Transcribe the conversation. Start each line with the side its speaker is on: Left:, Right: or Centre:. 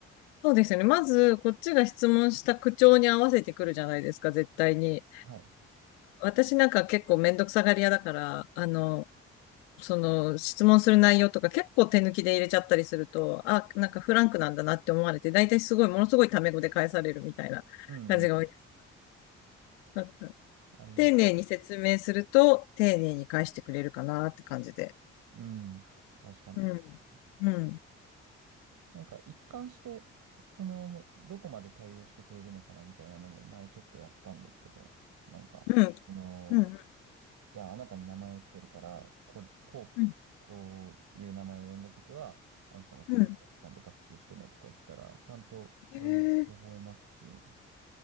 Left: そうですよね。まず、こっちが質問した口調に合わせてくるじゃないですか、絶対に。
Right: はい。
Left: 私なんか結構めんどくさがり屋だから、あの、その質問する内容とか結構手抜きで入れちゃったりすると、あ、なんかフランクなんだなって思われて、大体すごい、ものすごいタメ語で返されるみたいな感じが多いです。
Right: うんうん。
Left: なんか
Right: ありますね。
Left: 丁寧に説明すると、丁寧に返してくれるかなって感じで。
Right: うん。確かに、
Left: うん。
Right: 確かに。
Left: うん。
Right: なんか一貫して、その、どこまで対応してくれるのかなみたいなのも前ちょっとやったんですけど、なんか、
Left: うん。
Right: あのー
Left: うん。
Right: じゃああなたに名前をつけるから、こ、こう、
Left: うん。
Right: こういう名前を呼んだときは、あなたのことだよってちゃんと学習してねとか言ったら、
Left: うん。
Right: ちゃんとそれも覚えますし、
Left: へえ。